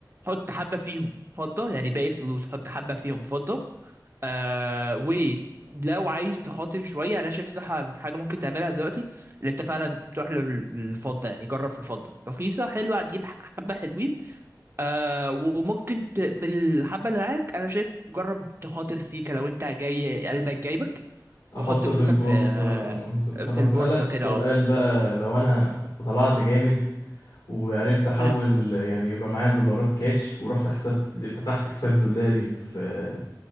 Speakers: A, on the right; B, on the left.
A: حط حبة فيهم فضة يعني باقي الفلوس حط حبة فيهم فضة آه ولو عايز تخاطر شوية انا شايف صح حاجة ممكن تعملها دلوقتي اللي انت فعلا تروح لل- للفضة يعني جرب في الفضة رخيصة حلوة هتجيب حبة حلوين آه وممكن ت... بالحبة اللي معاك أنا شايف جرب تخاطر سيكا لو أنت جاي قلبك جايبك وحط
B: احطه
A: فلوسك
B: في البورصة
A: في آه،
B: المصرية طب
A: في
B: هسألك
A: البورصة
B: سؤال
A: كده أه
B: بقى لو انا طلعت جامد وعرفت احول
A: أمم،
B: يعني يبقى معايا دولارات كاش ورحت حساب فتحت حساب دولاري في